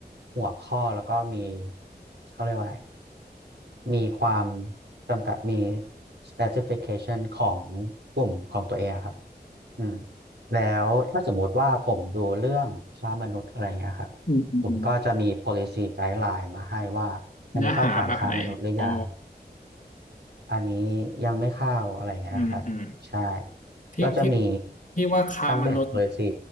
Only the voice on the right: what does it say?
หัวข้อแล้วก็มีเขาเรียกว่าอะไรมีความจำกัดมี specification ของกลุ่มของตัวเองอะครับ อืมแล้วถ้าสมมติว่าผมดูเรื่องค้ามนุษย์อะไรเงี้ยครับ
ผมก็จะมี policy guideline มาให้ว่าอันนี้เข้าข่ายค้ามนุษย์หรือยัง
อันนี้ยังไม่เข้าอะไรเงี้ยครับใช่
ก็จะมี
ทั้ง base policy